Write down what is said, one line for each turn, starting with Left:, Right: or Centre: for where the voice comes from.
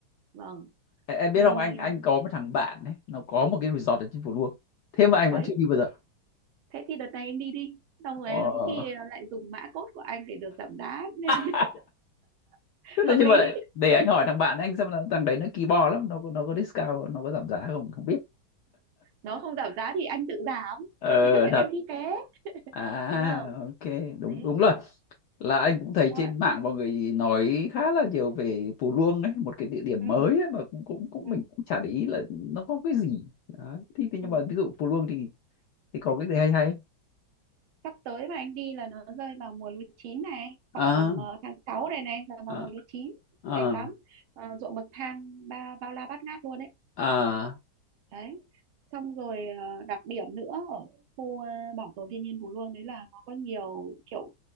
Right: vâng
Left: Em em biết
Right: thì
Left: không anh anh
Right: à,
Left: có một thằng bạn ấy nó có một cái resort ở trên Phú Luông thế mà anh
Right: đấy
Left: vẫn chưa đi bao giờ
Right: thế thì đợt này anh đi đi xong rồi
Left: ờ.
Right: à, có khi lại dùng mã code của anh để được giảm giá nên
Left: <laughs>
Right: <laughs>
Left: thế
Right: hợp
Left: đấy nhưng
Right: lý
Left: mà để anh hỏi thằng bạn anh xem là thằng đấy nó kỳ bò lắm nó có nó có discount nó có giảm giá không không biết
Right: nó không giảm giá thì anh tự giảm
Left: ờ
Right: <laughs>
Left: thật
Right: em đi ké
Left: à
Right: đúng không
Left: ok
Right: đấy
Left: đúng đúng rồi là anh cũng thấy
Right: đúng rồi
Left: trên mạng mọi người nói khá là nhiều về Phú Luông ấy một cái địa điểm
Right: ừ,
Left: mới ấy, mà cũng cũng cũng
Right: ừ,
Left: mình cũng chả để ý là nó có cái gì Đó. Thì, thì nhưng
Right: ừ.
Left: mà ví dụ Phú Luông thì thì có cái gì hay hay
Right: sắp tới mà anh đi là nó rơi vào mùa lúa chín này khoảng
Left: à
Right: tầm ờ, tháng 6 này này là vào
Left: à
Right: mùa lúa chín
Left: à
Right: đẹp lắm Ờ, ruộng bậc thang ba bao la bát ngát luôn đấy
Left: à
Right: đấy xong rồi ờ, đặc điểm nữa ở khu ờ, bảo tồn thiên nhiên Phú Luông đấy là nó có nhiều kiểu